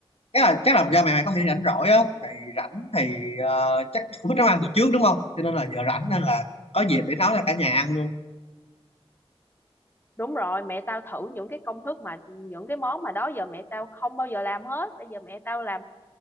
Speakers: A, on the left; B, on the left.
A: chắc là chắc là do mày mày có thể rảnh rỗi á thì rảnh thì ờ, chắc cũng biết nấu ăn từ trước đúng không cho nên là giờ rảnh nên là có dịp để nấu cho cả nhà ăn luôn
B: Đúng rồi, mẹ tao thử những cái công thức mà những cái món mà đó giờ mẹ tao không bao giờ làm hết. Bây giờ mẹ tao làm